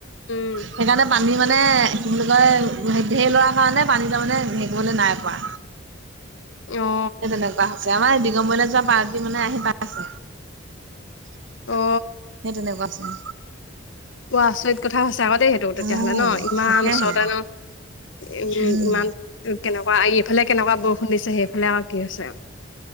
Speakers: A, on the left; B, on the right.
A: উম
B: সেইকাৰণে পানী মানে কি বুলি কয় ঢেৰ লৰা কাৰণে পানী তাৰ মানে হেৰিিবলৈ নাই পোৱা
A: অ
B: সেই তেনেকুৱা হৈছে আমাৰ দিগম্বৰলৈ যোৱা পাৰটী মানে আহি প আছে
A: অ
B: সেই তেনেকুৱা আছে
A: ক আচৰিত কথা আছে চাগতেই সেইটো তেতিয়াহলে
B: অ',
A: ন ইমান
B: তাকেহে
A: ওচৰতে ন উ
B: উম।
A: ইমান কেনেকুৱা ইফালে কেনেকুৱা বৰষ খুন্দিছে সেইফালে আৰু কি হৈছে